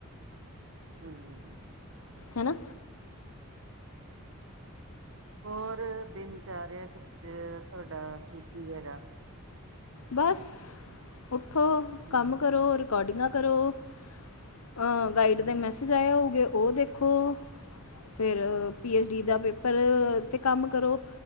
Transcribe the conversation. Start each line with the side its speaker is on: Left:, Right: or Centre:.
Right: <unintelligible>
Left: ਹੈਨਾ
Right: ਹੋਰ ਦਿਨਚਰਿਆ ਚ ਤੁਹਾਡਾ ਕੀ ਕੀ ਹੈਗਾ
Left: ਬਸ ਉੱਠੋ
Right: ਹੂੰ,
Left: ਕੰਮ ਕਰੋ ਰਿਕਾਰਡਿੰਗਾ ਕਰੋ ਅਹ ਗਾਈਡ
Right: ਹੂੰ,
Left: ਦੇ ਮੈਸੇਜ ਆਏ ਹੋਊਗੇ ਉਹ ਦੇਖੋ ਫਿਰ ਪੀ ਐੱਚ ਡੀ ਦਾ ਪੇਪਰ ਤੇ ਕੰਮ ਕਰੋ